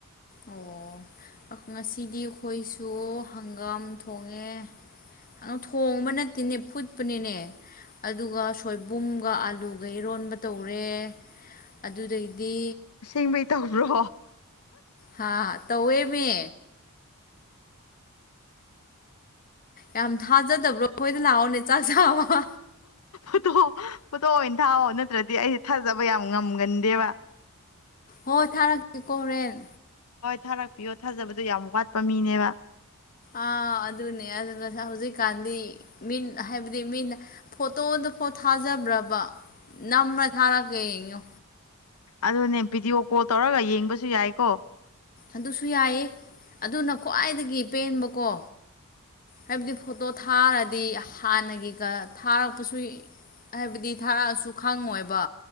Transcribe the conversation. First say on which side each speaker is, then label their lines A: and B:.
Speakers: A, on the left (about 40°); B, on the left (about 75°).
A: ꯑꯣ ꯉꯁꯤꯗꯤ ꯑꯩꯈꯣꯏꯁꯨ ꯍꯪꯒꯥꯝ ꯊꯣꯡꯉꯦ꯫ ꯑꯗꯣ ꯊꯣꯡꯕ ꯅꯠꯇꯦꯅꯦ ꯐꯨꯠꯄꯅꯤꯅꯦ꯫ ꯑꯗꯨꯒ ꯁꯣꯏꯕꯨꯝꯒ ꯑꯥꯂꯨꯒ ꯏꯔꯣꯟꯕ ꯇꯧꯔꯦ꯫ ꯑꯗꯨꯗꯩꯗꯤ꯫
B: ꯑꯁꯦꯡꯕꯩ ꯇꯧꯕ꯭ꯔꯣ꯫
A: ꯍꯥꯥ ꯇꯋꯦꯃꯦ ꯌꯥꯝ ꯊꯥꯖꯗꯕ꯭ꯔꯣ ꯑꯩꯈꯣꯏꯗ ꯂꯥꯛꯑꯣꯅꯦ ꯆꯥꯛ ꯆꯥꯕ
B: ꯣꯇꯣ ꯐꯣꯇꯣ ꯑꯣꯏꯅ ꯊꯥꯛꯑꯣ ꯅꯠꯇ꯭ꯔꯗꯤ ꯑꯩꯁꯦ ꯊꯥꯖꯕ ꯌꯥꯝ ꯉꯝꯒꯟꯗꯦꯕ
A: ꯍꯣꯏ ꯊꯥꯔꯛꯀꯦꯀꯣ ꯍꯣꯔꯦꯟ
B: ꯍꯣꯏ ꯊꯥꯔꯛꯄꯤꯌꯣ ꯊꯥꯖꯕꯗꯣ ꯌꯥꯝ ꯋꯥꯠꯄ ꯃꯤꯅꯦꯕ
A: ꯑꯥ ꯑꯗꯨꯅꯦ ꯑꯗꯨ ꯉꯁꯥꯏ ꯍꯧꯖꯤꯛꯀꯥꯟꯗꯤ ꯃꯤ ꯍꯥꯏꯕꯗꯤ ꯃꯤꯅ ꯐꯣꯇꯣꯗꯐꯣ ꯊꯥꯖꯕ꯭ꯔꯕ ꯅꯝꯝꯕ꯭ꯔꯥ ꯊꯥꯔꯛꯀꯦ ꯌꯦꯡꯉꯣ
B: ꯑꯗꯨꯅꯦ ꯚꯤꯗꯤꯑꯣ ꯀꯣꯜ ꯇꯧꯔꯒ ꯌꯦꯡꯕꯁꯨ ꯌꯥꯏꯀꯣ
A: ꯑꯗꯨꯁꯨ ꯌꯥꯏꯌꯦ ꯑꯗꯨꯅ ꯈ꯭ꯋꯥꯏꯗꯒꯤ ꯄꯦꯟꯕꯀꯣ ꯍꯥꯏꯕꯗꯤ ꯐꯣꯇꯣ ꯊꯥꯔꯗꯤ ꯍꯥꯟꯅꯒꯤꯒ ꯊꯥꯔꯛꯄꯁꯨ ꯍꯥꯏꯕꯗꯤ ꯊꯥꯔꯛꯑꯁꯨ ꯈꯥꯡꯉꯣꯏꯕ